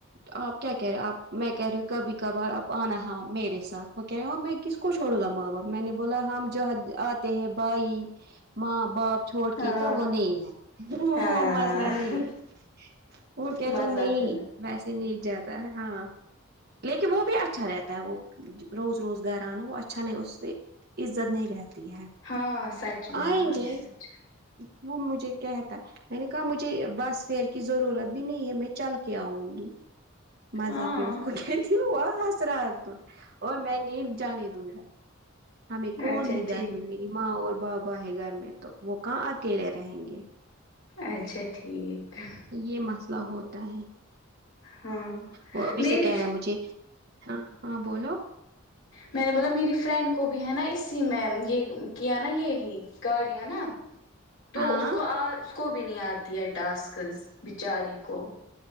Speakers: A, on the right (about 50°); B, on the left (about 75°).
A: آپ کیا کہہ رہے آپ میں کہہ رہی ہوں کبھی کبھار آپ آنا میرے ساتھ وہ کہہ رہے میں کس کو چھوڑ گا ماں باپ میں نے بولا ہم جہاں آتے ہیں بھائی ماں باپ چھوڑ
B: ہاں
A: کے تو وہ نہیں ہے وہ
B: ہاں
A: مسئلہ نہیں ہے وہ کہتا
B: مزہ
A: نہیں
B: کرا
A: ویسے نہیں جاتا ہے ہاں لیکن وہ بھی اچھا رہتا ہوتا ہے وہ روز روز گھر آنا وہ اچھا نہیں اس سے عزت نہیں رہتی ہے
B: ہاں سچ میں
A: آیں
B: ہاں
A: جی
B: سچ
A: ہ وہ مجھے کہتا میں نے کہا مجھے بس فیئر کی ضرورت بھی نہیں ہے میں چل کے آؤں گی مذاق
B: ہاں
A: میں اس کو کہتی ہس رہا اور میں ن جانے دوں گا ہمیں کون
B: اچھا
A: ہے
B: ٹھیک
A: گھر میں میں ماں اور بابا ہے گھر میں تو وہ کہاں اکیلے رہیں گے
B: اچھا ٹھیک ہے
A: یہ مسئلہ ہوتا ہے
B: ہاں
A: وہ ابھی
B: میری
A: سے کہہ رہے ہیں مجھے ہاں ہاں بولو
B: میں نے بولا میری فرینڈ کو بھی ہے نا اسی میں یہ کیا نا یہی کاریا نا تو
A: ہاں
B: اس کو آ اس کو بھی نہیں آتی ہے ٹاسکز بچاری کو